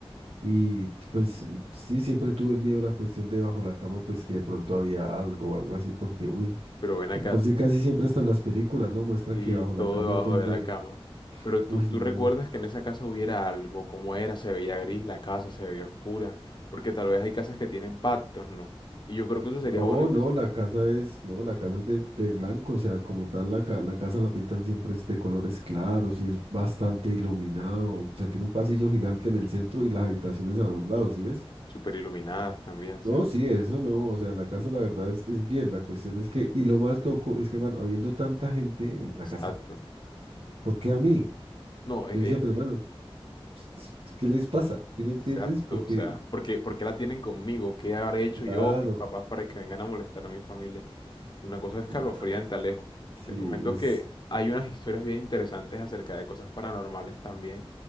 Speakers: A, on the right; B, on the left.
A: Y pues eh, sí, siempre tuve el miedo a la cuestión de bajo la cama, pues que de pronto había algo o algo así, porque, uy,
B: Pero ven acá,
A: de por sí casi siempre están las películas, ¿no? Muestran
B: sí,
A: que bajo la
B: todo
A: cama
B: debajo
A: es donde,
B: de la cama. Pero tú,
A: uy,
B: tú
A: no.
B: recuerdas que en esa casa hubiera algo, cómo era, se veía gris la casa, se veía oscura, porque tal vez hay casas que tienen pactos, ¿no? Y yo creo que eso sería
A: No,
B: bueno, y
A: no,
B: es-
A: la casa es, no, la casa es de, de blanco, o sea, como tal, la, ca- la casa la pintan siempre es de colores claros y es bastante iluminado, o sea, tiene un pasillo gigante en el centro y las habitaciones a los lados, ¿sí ves?
B: súper iluminadas también, ¿cierto?
A: No, sí, eso no, o sea, la casa la verdad es, es bien, la cuestión es que, y lo más loco es que, van habiendo tanta gente en la
B: Exacto.
A: casa ¿Por qué a mí?
B: No, eh,
A: Yo decía,
B: eh,
A: pero bueno, <laughs> ¿qué les pasa? ¿Sí me entiendes?
B: exacto,
A: Porque,
B: o sea, ¿por qué, por qué la tienen conmigo? ¿Qué habré hecho
A: claro,
B: yo, mis papás, para que vengan a molestar a mi familia? Una cosa escalofriante,
A: la-
B: Alejo.
A: sí,
B: Te comento
A: es,
B: que hay unas historias bien interesantes acerca de cosas paranormales también